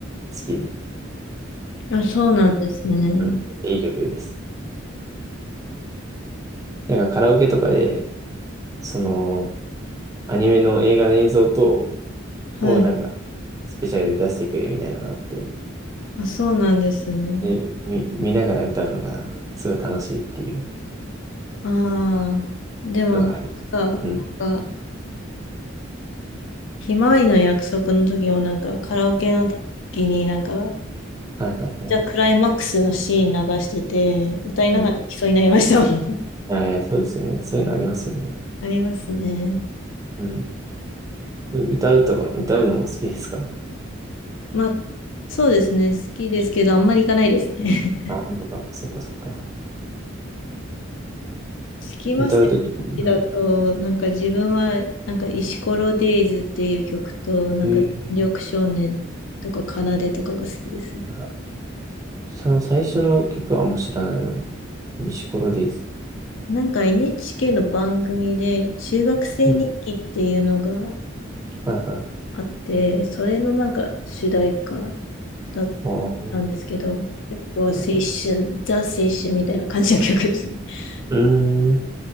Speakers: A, on the right (about 15°); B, on the left (about 70°).
A: きで、
B: あ、そうなんですね。
A: うん、いい曲です。なんかカラオケとかで、そのアニメの映画の映像と、
B: はい。
A: をなんかスペシャルで出してくれるみたいなのがあって、
B: あ、そうなんですね。
A: で、見、見ながら歌うのがすごい楽しいっていう
B: ああ。でも、
A: のがあり、
B: 確か、
A: うん。
B: なんか、ひまわりの約束の時も、なんか、カラオケの時になんか、
A: はいはいはい。
B: じゃあクライマックスのシーン流してて、歌いながら泣きそうになりましたもん。
A: うん。えー、そうですよね。そういうのありますよね。
B: <laughs> ありますね。
A: うん。う歌うとか、歌うのも好きですか
B: まあ、そうですね。好きですけど、あんまり行かないですね。
A: バンドが。そっかそっか。
B: スキマスイッチだと、
A: 歌うときも、うん。
B: なんか自分は、なんか石ころデイズっていう曲と、なんか緑少年とか奏でとかが好きですね。
A: えー、はい。その最初の曲はあんま知らないの。石ころデイズ。
B: なんか NHK の番組で、中学生日記っていうのが
A: うん。はいはい。
B: あって、それのなんか主題歌だっ
A: おー、
B: たんですけど、結構青春、
A: はい、
B: ザ青春みたいな感じの曲ですね。<laughs>
A: うーん。